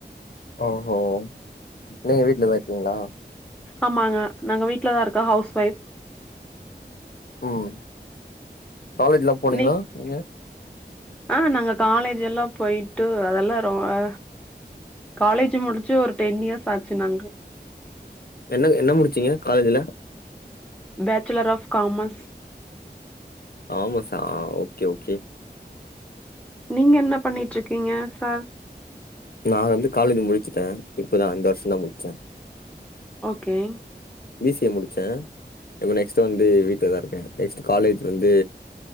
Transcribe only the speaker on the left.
ஓஹோ நீங்க வீட்லதா இருக்கிங்ளா
ம் காலேஜ்லா போனீங்களா
நீங்க
என்ன என்ன முடிச்சிங்க காலேஜ்ல
கமெர்ஸ்ஸா ஓக்கே ஓக்கே
நா வந்து காலேஜ் முடுச்சுட்டே இப்பதா இந்த வருஷந்தா முட்ச்சே
பி சி ஏ முடிச்சே இப்ப நெக்ஸ்ட் வந்து வீட்ல தா இருக்கே நெக்ஸ்ட் காலேஜ் வந்து